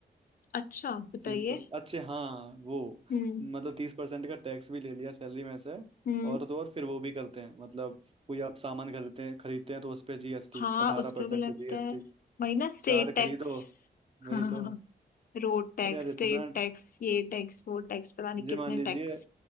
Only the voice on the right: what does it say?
तीस पर अच्छे हाँ वो
मतलब तीस परसेंट का टैक्स भी ले लिया सैलरी में से
और तो और फिर वो भी करते हैं मतलब कोई आप सामान खरीदते हैं खरीदते हैं तो उस पे जीएसटी
अठारह
परसेंट
जीएसटी
कार खरीदो
वही
तो
अरे यार
इतना
ये मान लीजिए